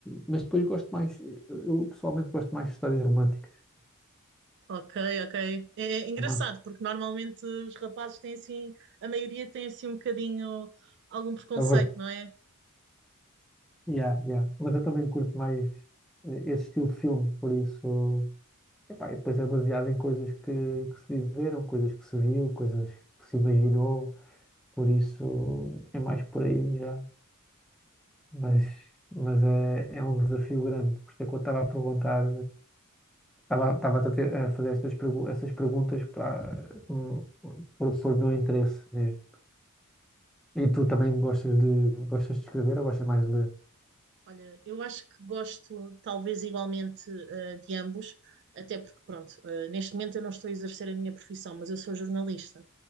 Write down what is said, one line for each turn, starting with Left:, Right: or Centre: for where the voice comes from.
Centre: mas depois gosto mais, eu pessoalmente gosto mais de histórias românticas.
Right: Ok, ok. É, é engraçado,
Centre: É uma
Right: porque normalmente os rapazes têm assim, a maioria tem assim um bocadinho algum preconceito,
Centre: a
Right: não é?
Centre: Yeah, yeah. Mas eu também curto mais eh, esse estilo de filme, por isso. Epá, e depois é baseado em coisas que, que se viveram, coisas que se viu, coisas que se imaginou, por isso é mais por aí já. Mas, mas é, é um desafio grande, por isso é que eu estava a perguntar, estava, estava a, ter- a fazer estas, pergu- essas perguntas para, hum, por, por meu interesse mesmo. E tu também gostas de gostas de escrever ou gostas mais de ler?
Right: Olha, eu acho que gosto talvez igualmente eh, de ambos, até porque, pronto, eh, neste momento eu não estou a exercer a minha profissão, mas eu sou jornalista.